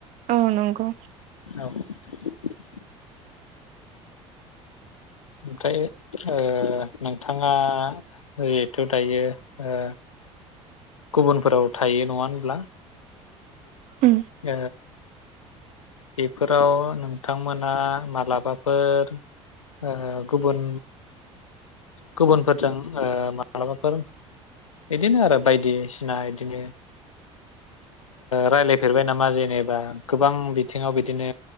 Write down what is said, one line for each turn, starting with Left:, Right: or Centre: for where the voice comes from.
Right: औ नंगौ
Left: <unintelligible> ओमफ्राय ओ नोंथाङा जिहेथु दायो ओ गुबुनफोराव थायो नङा होनब्ला
Right: उम
Left: ओ बेफोराव नोंथांमोना मालाबाफोर ओ गुबुन गुबुनफोरजों माब्लाबाफोर बिदिनो आरो बायदिसिना इदिनो रायलाय फेरबाय नामा जेनेबा गोबां बिथिङाव बिदिनो